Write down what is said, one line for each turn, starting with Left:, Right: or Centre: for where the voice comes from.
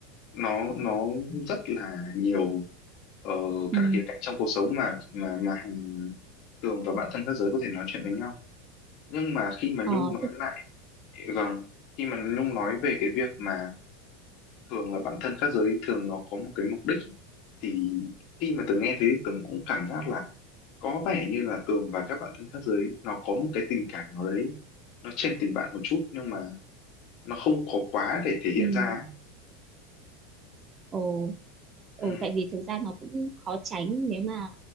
Left: nó nó rất là nhiều ờ,
Right: ừ,
Left: các khía cạnh trong cuộc sống mà mà mà hàng Tường và bạn thân các giới có thể nói chuyện với nhau nhưng mà khi mà
Right: ờ,
Left: Nhung nói
Right: thế-
Left: lại vâng khi mà Nhung nói về cái việc mà thường là bản thân các giới thường nó có một cái mục đích thì khi mà Tường nghe thế thì Tường cũng cảm giác là có vẻ như là Tường và các bạn thân khác giới nó có một cái tình cảm nào đấy nó trên tình bạn một chút nhưng mà nó không có quá để thể hiện
Right: ừ,
Left: ra ấy.
Right: ồ Ừ,
Left: ừ
Right: tại vì thực ra nó cũng khó tránh nếu mà